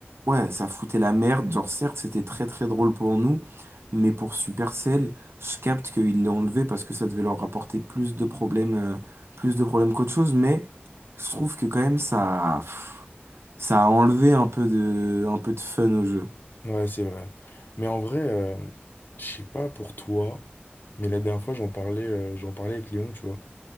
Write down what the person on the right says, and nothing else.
Ouais, ça foutait la merde. Genre, certes, c'était très très drôle pour nous, mais pour Supercell, je capte qu'ils l'ont enlevé parce que ça devait leur rapporter plus de problèmes, euh, plus de problèmes qu'autre chose. Mais je trouve que quand même ça, pff, ça a enlevé un peu de, un peu de fun au jeu.